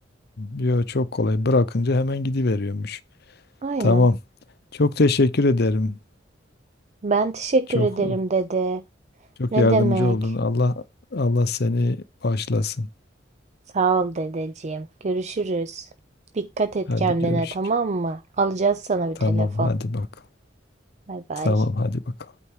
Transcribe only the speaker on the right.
Aynen.
Ben teşekkür
ederim dedi.
Ne
demek?
Sağ ol dedeciğim. Görüşürüz. Dikkat et
kendine,
tamam mı? Alacağız sana bir
telefon.
Bay bay.